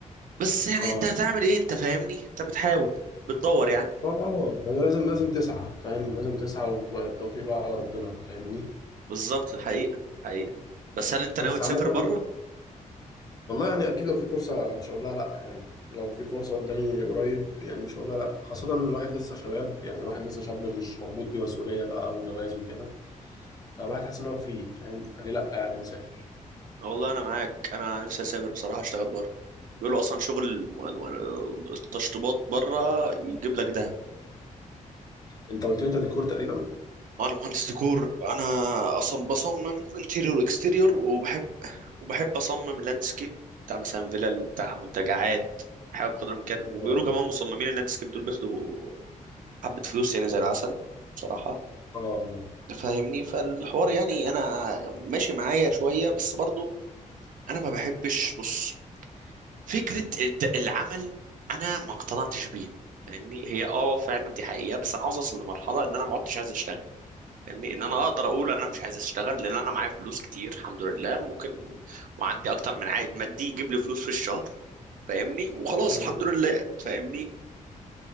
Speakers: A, on the right; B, on the left.
A: بس يعني
B: اه
A: انت هتعمل ايه انت فاهمني انت بتحاول بتدور يعني
B: اه آه، انا لازم لازم تسعى فاهم لازم تسعى والتوفيق بقى على ربنا فاهمني
A: بالظبط حقيقة حقيقة بس هل انت
B: بس
A: ناوي تسافر
B: عامة
A: بره
B: والله يعني اكيد لو في فرصة مش هقول لها لا يعني لو في فرصة قدامي قريب يعني مش هقول لها لا خاصة إن الواحد لسه شباب يعني الواحد لسه شاب مش مربوط بمسؤولية بقى وجواز وكده فالواحد حاسس ان هو فري فاهم فليه لا يعني نسافر
A: والله انا معاك انا نفسي اسافر بصراحه اشتغل بره بيقولوا اصلا شغل الم- الم- التشطيبات بره يجيب لك دهب
B: انت قلت لي انت ديكور تقريبا
A: انا مهندس ديكور انا اصلا بصمم انتيريور واكستيريور وبحب وبحب اصمم اللاندسكيب بتاع مثلا فيلل بتاع منتجعات بحاول بقدر الامكان وبيقولوا
B: اه
A: كمان مصممين اللاندسكيب دول بياخدوا حبه فلوس يعني زي العسل بصراحه
B: اه اه
A: تفهمني فالحوار يعني انا ماشي معايا شويه بس برضو انا ما بحبش بص فكرة الد- العمل أنا ما اقتنعتش بيها فاهمني هي اه فعلا دي حقيقة بس أنا عاوز أوصل لمرحلة إن أنا ما عدتش عايز أشتغل فاهمني إن أنا أقدر أقول ان أنا مش عايز أشتغل لأن أنا معايا فلوس كتير الحمد لله ممكن وعندي أكتر من عائد مادي يجيب لي فلوس في الشهر فاهمني وخلاص
B: مم.
A: الحمد لله فاهمني